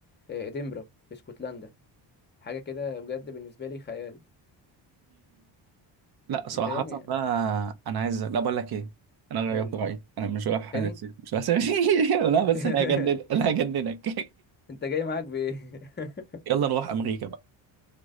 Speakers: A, on the left; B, on the right.
A: آه، ادنبرا في اسكتلندا حاجه كده بجد بالنسبه لي خيال
B: لا صراحة
A: انت يا ابني
B: بقى أنا عايز لا بقول لك إيه أنا غيرت
A: قول لي
B: رأيي أنا مش رايح
A: تاني
B: مش رايح <laughs> لا
A: <laughs>
B: بس أنا هجنن أنا هجننك
A: انت جاي معاك بايه <laughs>
B: <laughs> يلا نروح أمريكا بقى